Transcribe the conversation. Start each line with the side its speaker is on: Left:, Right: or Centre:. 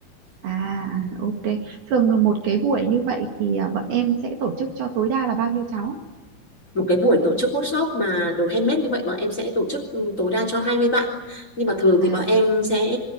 Right: à à ok thường là một cái buổi như vậy thì à, bọn em sẽ tổ chức cho tối đa là bao nhiêu cháu
Left: một cái buổi tổ chức workshop mà đồ handmade như vậy bọn em sẽ tổ chức ừ, tối đa cho hai mươi bạn nhưng mà thường thì
Right: à
Left: bọn em sẽ